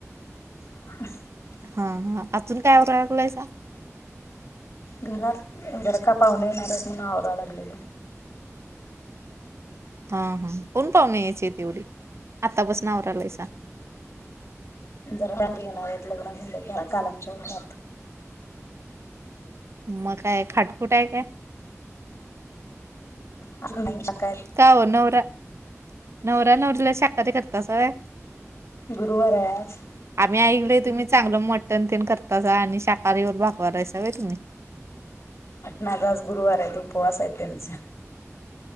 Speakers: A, on the left (about 55°); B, on the right (about 55°).
A: <unintelligible>
B: हा हा अजून काय आवराय लागलायसा?
A: घरात जरा का पाहुणे येणारायत म्हणून आवराय लागलेलो.
B: हा हा कोण पाहुणे यायचेत एवढी आत्तापासंन आवरायलायसा.
A: जरा आवरुया ना ह्यात लग्न झालं काल आमच्या घरात.
B: मग काय खाटखुंट हाय काय?
A: असं नाही. सकाळ
B: काय ओ नवरा नवरा नवरीला शाकाहारी करतासा व्हय
A: गुरुवार हाय आज
B: आम्ही ऐकलय तुम्ही चांगलं मटण तेन करतासा आणि शाकाहारी वर भागवा लायसा होय तुम्ही
A: माझा आज गुरुवार हाय उपवास हाय त्यांत